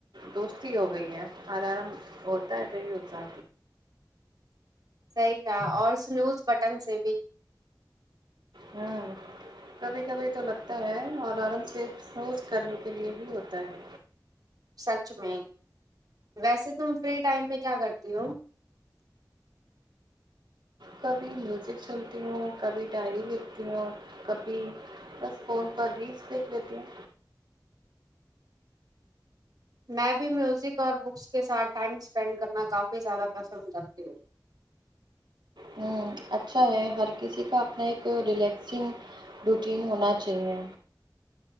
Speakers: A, on the right; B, on the right.
A: دوستی ہو گئی ہے الارم ہوتا ہے صحیح ہوتا
B: صحیح کہا اور سنوز بٹن سے بھی
A: ہوں کبھی کبھی تو لگتا ہے اور آرام سے موز کرنے کے لیے ہی ہوتا ہے
B: سچ میں ویسے تم فری ٹائم میں کیا کرتی ہو
A: کبھی میوزک سنتی ہوں کبھی ڈائری لکھتی ہوں کبھی بس فون پر ریلس دیکھ لیتی ہوں
B: میں بھی میوزک اور بکس کے ساتھ ٹائم اسپینڈ کرنا کافی زیادہ پسند کرتی ہوں
A: ہوں اچھا ہے ہر کسی کا اپنا ایک ریلیکسنگ روٹین ہونا چاہیے